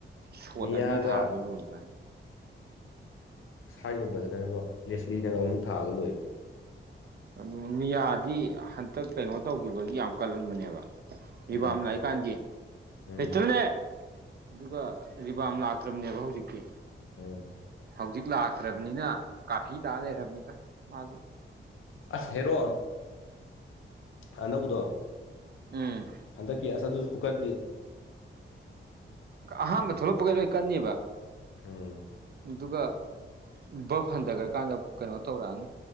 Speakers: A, on the right; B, on the left.
A: ꯁꯣꯠ
B: ꯃꯤꯌꯥꯒ
A: ꯑꯅꯤ ꯊꯥꯕꯅꯤ ꯂꯣꯏꯕꯅꯤ
B: ꯉꯁꯥꯏꯒꯨꯝꯕꯗꯅꯣ ꯂꯦꯁꯂꯤꯅꯒ ꯑꯃꯨꯛ ꯊꯥꯒ ꯂꯣꯏ
A: ꯑꯗꯨ ꯃꯤꯌꯥꯗꯤ ꯍꯟꯇꯛ ꯀꯩꯅꯣ ꯇꯧꯈꯤꯕꯒꯤ ꯌꯥꯝ ꯀꯜꯍꯟꯕꯅꯦꯕ ꯔꯤꯕꯥꯝ
B: ꯎꯝ
A: ꯂꯥꯛꯏꯀꯥꯟꯒꯤ
B: ꯎꯝ
A: ꯍꯩꯇ꯭ꯔꯅꯦ ꯑꯗꯨꯒ ꯔꯤꯕꯥꯝ ꯂꯥꯛꯇ꯭ꯔꯕꯅꯦꯕ ꯍꯧꯖꯤꯛꯇꯤ
B: ꯎꯝ
A: ꯍꯧꯖꯤꯛ ꯂꯥꯛ ꯐꯠꯇ꯭ꯔꯕꯅꯤꯅ ꯀꯥꯐꯤ ꯇꯥ ꯂꯩꯔꯕꯅꯤꯗ ꯃꯥꯁꯨ
B: ꯑꯁ ꯍꯦꯔꯣ ꯑꯅꯧꯕꯗꯣ
A: ꯎꯝ
B: ꯑꯗ ꯀ ꯑꯁ ꯑꯗꯨ ꯈꯨꯨꯀꯥꯟꯗ
A: ꯑꯍꯥꯟꯕ ꯊꯣꯛꯂꯛꯄꯒꯩ ꯂꯣꯏ ꯀꯟꯅꯕ
B: ꯑꯣꯝ
A: ꯑꯗꯨꯒ ꯕꯞ ꯍꯟꯊꯈ꯭ꯔꯀꯥꯟꯗ ꯀꯩꯅꯣ ꯇꯧꯔꯛꯑꯅꯤ